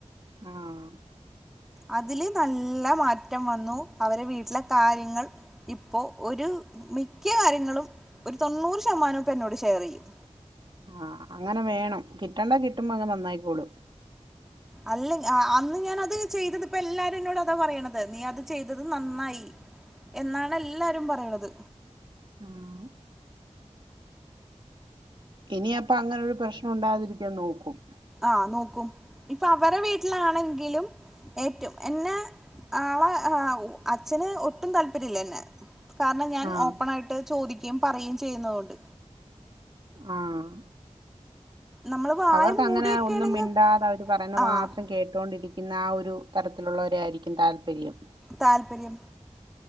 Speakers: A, on the right (about 45°); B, in the centre.
A: ആഹ്
B: അതില് നല്ല മാറ്റം വന്നു അവരെ വീട്ടിലെ കാര്യങ്ങൾ ഇപ്പോ ഒരു മിക്ക കാര്യങ്ങളും ഒരു തൊണ്ണൂറ് ശതമാനം ഇപ്പൊ എന്നോട് ഷെയറ് ചെയ്യും.
A: ആഹ് അങ്ങനെ വേണം കിട്ടണ്ടെ കിട്ടുമ്പോ അങ്ങ് നന്നായിക്കോളും.
B: അല്ല ആ അന്ന് ഞാനത് ചെയ്തത് ഇപ്പോ എല്ലാരും എന്നോട് അതാ പറയണത് നീ അത് ചെയ്തത് നന്നായി. എന്നാണ് എല്ലാരും പറയണത്.
A: ഉം ഇനി അപ്പ അങ്ങനെ ഒരു പ്രശ്നം ഉണ്ടാകാതിരിക്കാൻ നോക്കും.
B: ആഹ് നോക്കും ഇപ്പൊ അവരെ വീട്ടിലാണെങ്കിലും ഏറ്റും എന്നെ ആളെ ആഹ് അച്ഛന് ഒട്ടും താല്പര്യല്ലാ എന്നെ കാരണം ഞാൻ
A: ആഹ്
B: ഓപ്പൺ ആയിട്ട് ചോദിക്കേം പറയേം ചെയ്യുന്നതുകൊണ്ട്.
A: ആഹ്
B: നമ്മള് വായ
A: അവർക്ക്
B: മൂടിയൊക്കെയാണെങ്കിൽ
A: അങ്ങനെ ഒന്നും മിണ്ടാതെ അവര് പറയുന്ന
B: ആഹ്
A: മാത്രം കേട്ടോണ്ടിരി ക്കുന്ന ആ ഒരു തരത്തിലുള്ളവരെ ആയിരിക്കും താല്പര്യം.
B: താല്പര്യം